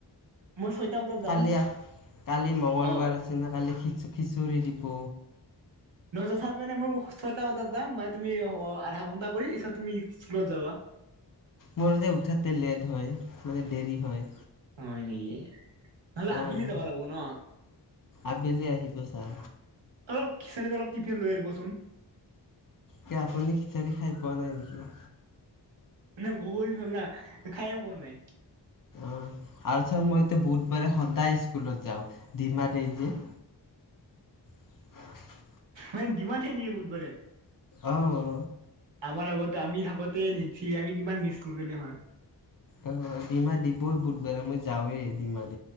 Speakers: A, on the right; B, on the left.
A: ছয়টা বজাত যাম
B: কালি, কালি মঙগলবাৰ
A: অ'।
B: আছে ন', কালি খিচ- খিচৰি দিব।
A: নহয় তথাপি মানে, মোৰ ছয়টা বজাত যাম, মানে তুমি আঁ আধা ঘণ্টা কৰি পিছত তুমি স্কুলত যাবা।
B: মোৰ যে উঠোতে লেট হয়, মানে দেৰি হয়।
A: হয় নেকি? নহ'লে
B: অঁ
A: আবেলি যাবা লাগব' ন'?
B: আবেলি আহিব ছাৰ
A: অলপ, খিছাৰীত অলপ টিফিন লৈ আনিবচোন।
B: কিয়া আপুনি খিচাৰি খাই পোৱা নাই নেকি?
A: মানে বহুত দিন হ'ল না খায়ে পোৱা নাই।
B: অঁ আৰু টো মইতো বুধবাৰে সদায় স্কুলত যাওঁ, ডিমা দেই যি। <unintelligible>
A: মানে, ডিমা থাকে নেকি বুধবাৰে?
B: অঁহ অ।
A: আমাৰ আগতে, আমি থাকোতে নিদিয়ে। আমি কিমান মিচ কৰো নহয়।
B: অঁ, ডিমা দিবই বুধবাৰে মই যাওৱে ডিমাত